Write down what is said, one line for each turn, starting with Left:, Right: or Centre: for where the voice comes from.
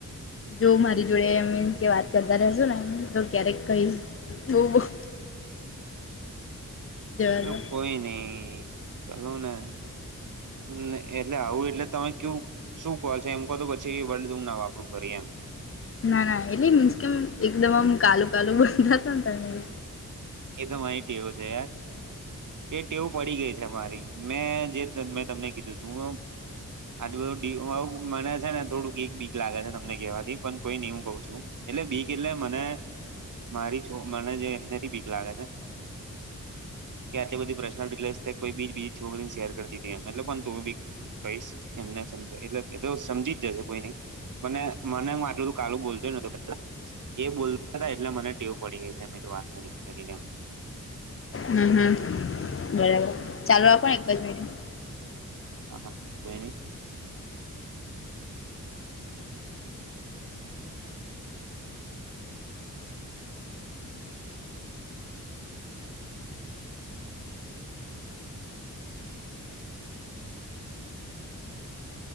Left: જો મારી જોડે મિસ. કે વાત કરતા રહીશું ને એ તો ક્યારેક કહીશ હું. જવા
Right: એ
Left: દો
Right: કોઈ નહીં ચાલું ને. હા, એટલે તમે એવું કહો છો <unintelligible> શું કહો છે એમ કહો તો પછી વર્ડૂમ ના વાપરું કરી એ એમ.
Left: ના ના એટલે મીસ કેમ એકદમ આમ કાલુ કાલુ બંધા હતા ને તમે એ.
Right: એ તો માહી ટેવ છે યાર. એ ટેવું પડી ગઈ છે મારી મેં જે મે તમને કીધું <unintelligible> આજું બધું <unintelligible> મને છે ને થોડુંક એક બીક લાગે છે તમને કહેવાથી પણ કોઈ નહી હું કહું છું. એટલે બીક એટલે મને મારી છો મને જે એમનેથી બીક લાગે છે. કે આટલી બધી પર્સનલિ કોઈ બીજ છોરીને શેર કરીતી હતી એલે પણ તું બી ભાઈ એમને સમજ એટલે એ તો સમજી જ જશે કોઈ નઈ. અને મને હું આટલું કાલું બોલતોય <unintelligible> એ બોલતા હતા એટલે મને ટેવ પડી ગઈ છે વાત કરી કરીને.
Left: ના ના બરાબર ચાલો આપ પણ એક જ મિનિટ
Right: હા હા ભણી